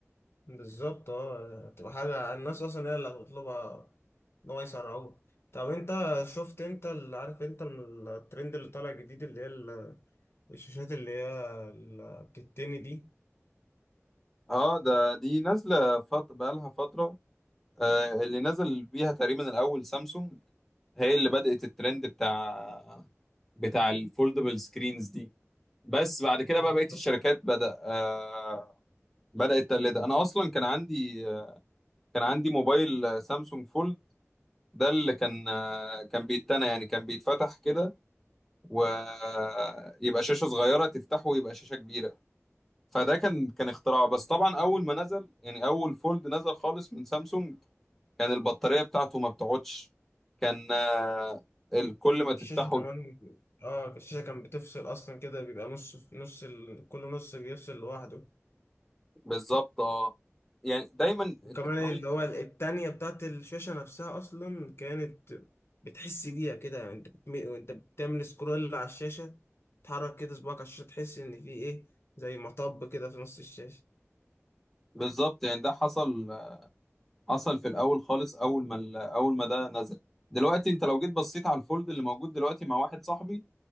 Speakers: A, on the left; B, in the centre.
A: بالظبط اه تبقى حاجة الناس أصلا هي اللي هتطلبها إن هو يسرعوه طب أنت شفت أنت اللي عارف أنت من الترند اللي طالع جديد اللي هي ال- الشاشات اللي هي اللي بتتني دي
B: اه ده دي نازلة فط... بقالها فترة آه اللي نزل بيها تقريبا الأول سامسونج هي اللي بدأت الترند بتاع بتاع الفولدبل سكرينز دي بس بعد كده
A: بالظبط.
B: بقى بقية الشركات بدأ آه بدأت تقلدها أنا أصلا كان عندي آه، كان عندي موبايل آه، سامسونج فولد ده اللي كان آه، كان بيتنى يعني كان بيتفتح كده ويبقى شاشة صغيرة تفتحه ويبقى شاشة كبيرة فده كان كان اختراع بس طبعا أول ما نزل يعني أول فولد نزل خالص من سامسونج كان البطارية بتاعته ما بتقعدش كان آه، ال- كل ما تفتحه
A: الشاشة كمان اه الشاشة كان بتفصل أصلا كده بيبقى نص في نص ال... كل نص بيفصل لوحده
B: بالظبط اه يعني دايما
A: وكمان
B: التكنولوجيا
A: اللي هو التانية بتاعت الشاشة نفسها أصلا كانت بتحس بيها كده يعني أنت بتم... وأنت بتعمل سكرول على الشاشة تحرك كده صباعك على الشاشة تحس إن في إيه زي مطب كده في نص الشاشة
B: بالظبط يعني ده حصل حصل في الأول خالص أول ما ال- أول ما ده نزل دلوقتي انت لو جيت بصيت على الفولد اللي موجود دلوقتي مع واحد صاحبي